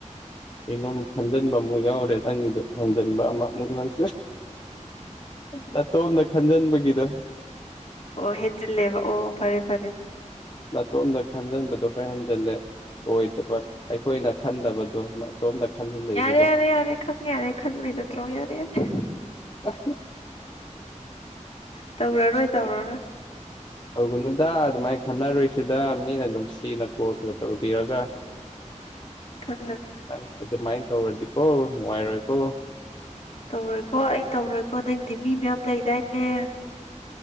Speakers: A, on the left (about 35°); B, on the left (about 55°).
A: ꯀꯩꯅꯣꯃꯨꯛ ꯈꯟꯖꯤꯟꯕ ꯑꯃꯨꯛ ꯌꯥꯎꯔꯦ ꯅꯪꯒꯤꯗꯨ ꯍꯟꯖꯤꯟꯕ ꯑꯃꯃꯨꯛ ꯅꯪ ꯅꯇꯣꯝꯗ ꯈꯟꯖꯟꯕꯒꯤꯗꯣ
B: ꯑꯣ ꯍꯤꯟꯖꯤꯜꯂꯦꯕ ꯑꯣ ꯐꯔꯦ ꯐꯔꯦ
A: ꯅꯥꯇꯣꯝꯗ ꯈꯟꯖꯤꯟꯕꯗꯣ ꯈꯔ ꯍꯦꯟꯖꯤꯜꯂꯦ ꯑꯣꯏꯗꯕ ꯑꯩꯈꯣꯏꯅ ꯈꯟꯗꯕꯗꯣ ꯅꯇꯣꯝꯗ ꯈꯟꯖꯟ ꯂꯩꯕꯗꯣ
B: ꯌꯥꯔꯦ ꯌꯥꯔꯦ ꯌꯥꯔꯦ ꯈꯪꯉꯦ ꯌꯥꯔꯦ ꯈꯟꯕꯩ ꯅꯠꯇ꯭ꯔꯣ ꯌꯥꯔꯦ ꯌꯥꯔꯦ
A: ꯍꯁ
B: ꯇꯧꯔꯔꯣꯏ ꯇꯧꯔꯔꯣꯏ
A: ꯇꯧꯒꯅꯨꯗ ꯑꯗꯨꯃꯥꯏꯅ ꯈꯟꯅꯔꯣꯢꯁꯤꯗ ꯃꯤꯅ ꯅꯨꯡꯁꯤꯅ ꯀꯣꯜ ꯇꯧꯕꯤꯔꯒ
B: <inaudible> ꯈꯜꯂꯅꯨ
A: ꯅꯪ ꯑꯗꯨꯃꯥꯏꯅ ꯇꯧꯔꯗꯤꯀꯣ ꯅꯨꯡꯉꯥꯏꯔꯣꯏꯀꯣ
B: ꯇꯧꯔꯣꯏꯀꯣ ꯑꯩ ꯇꯧꯔꯣꯏꯀꯣ ꯅꯪꯗꯤ ꯃꯤ ꯃꯌꯥꯝ ꯂꯩꯗꯥꯏꯅꯦ